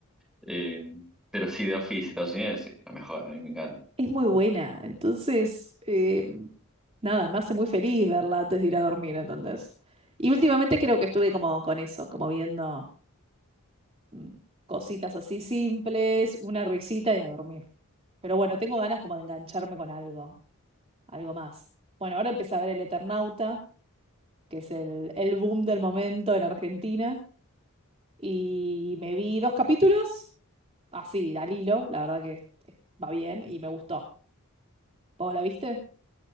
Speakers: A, in the centre; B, on the right.
A: eh, pero sí, The Office Estados Unidos es la mejor, a mí me encanta.
B: Es muy buena, entonces, eh, nada, me hace muy feliz verla antes de ir a dormir, entonces. Y últimamente creo que estuve como con eso, como viendo mm, cositas así simples, una risita y a dormir. Pero bueno, tengo ganas como de engancharme con algo, algo más. Bueno, ahora empecé a ver El Eternauta, que es el, el boom del momento en Argentina. Y me vi dos capítulos, así, al hilo, la verdad que va bien y me gustó. ¿Vos la viste?